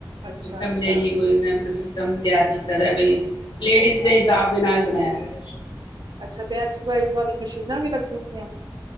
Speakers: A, on the right (about 60°); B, on the left (about 70°).
A: ਅੱਛਾ ਅੱਛਾ
B: ਸਮਝਾਈਏ ਕੋਈ ਉਨੇ ਅਪਣਾ ਸਿਸਟਮ ਤਿਆਰ ਕੀਤਾ ਦਾ ਬਈ ਲੇਡੀਜ਼ ਦੇ ਹਿਸਾਬ ਦੇ ਨਾਲ ਈ ਬਣਾਇਆ ਦੈ।
A: ਅੱਛਾ ਤੇ ਐਕਸਾਈ ਵਾਲੀ ਮਸ਼ੀਨਾਂ ਵੀ ਲੱਗੀਆਂ ਹੋਈਆਂ